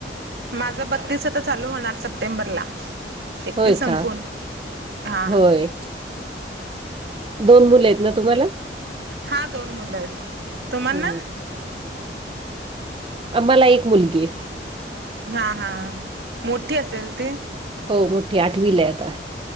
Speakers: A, on the right; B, on the right.
A: माझं बत्तीस आता चालू होणार सप्टेंबरला एकतीस
B: होय
A: संपून
B: का?
A: हां
B: होय दोन मुलं आहेत ना तुम्हाला.
A: हा दोन मुलं आहेत तुम्हा ना
B: हं. आम्हाला एक मुलगी आहे.
A: हां हां मोठी असेल ती.
B: हो मोठी आठवीला आता.